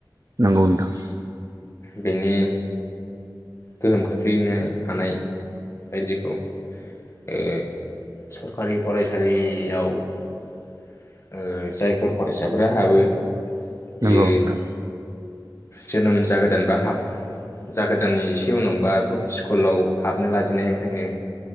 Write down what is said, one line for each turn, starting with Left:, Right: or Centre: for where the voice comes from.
Right: नोंगौ नोंथां।
Left: बेनि गोहोम खोख्लैनो हानाय बायदिखौ ओ सरखारि फरायसालियाव ओ जायफोर फरायसाफोरा हाबो बियो
Right: नंगौ नोंथां।
Left: जोनोम जागोदान बा हाब जागोदाननि इसे उनावनोबा खक स्कुलाव हाबनो लाजेननायनिफ्रायनो